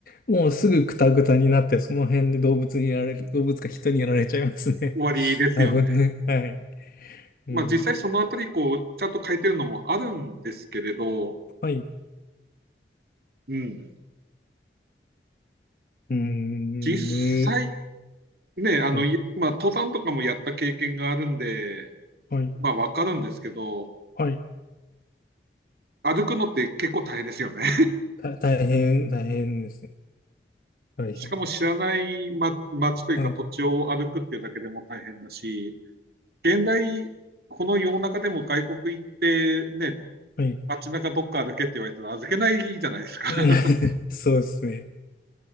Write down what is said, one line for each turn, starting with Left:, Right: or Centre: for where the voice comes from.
Left: う、もうすぐクタクタになって、その辺で動物にやられる、動物か人にやられちゃいますね。
Right: 終わりですよね。
Left: <laughs> 多分。はい。
Right: まあ実際そのあたり、
Left: うん、
Right: こう、ちゃんと書いてるのもあるんですけれど、
Left: はい、
Right: うん。
Left: うん、
Right: 実際、
Left: む、
Right: ね、あの、
Left: はい、
Right: まあ登山とかもやった経験があるんで、
Left: はい、
Right: まあわかるんですけど、
Left: はい。
Right: 歩くのって結構大変ですよね。
Left: た、大変、大変ですね。大変。
Right: しかも知らない、ま、街というか土地を歩くっていうだけでも大変だし、
Left: はい、
Right: 現代、この世の中でも外国行ってね、
Left: はい。
Right: 街中どっか歩けって言われたら預けないじゃないですか。<laughs>
Left: <laughs> そうですね。